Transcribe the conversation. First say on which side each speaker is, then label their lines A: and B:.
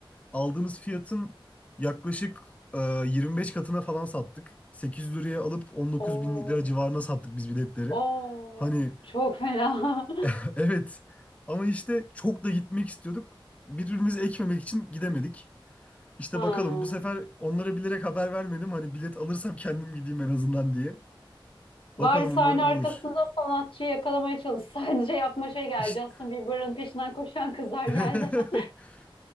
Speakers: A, on the left; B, on the left.
A: aldığımız fiyatın yaklaşık e, 25 katına falan sattık. 800 liraya alıp 19
B: Oo,
A: bin lira civarına sattık biz biletleri.
B: oo,
A: Hani
B: çok fena.
A: <laughs> evet ama işte çok da gitmek istiyorduk. Birbirimizi ekmemek için gidemedik. İşte
B: <laughs> Ha.
A: bakalım bu sefer onlara bilerek haber vermedim. Hani bilet alırsam kendim gideyim en azından diye. Bakalım
B: Bari sahne
A: umarım
B: arkasında
A: olur.
B: sanatçıyı yakalamaya çalışsaydı şey <laughs> yapma şey geldi.
A: İşte.
B: Justin Bieber'ın peşinden koşan kızlar
A: <laughs>
B: geldi. <laughs>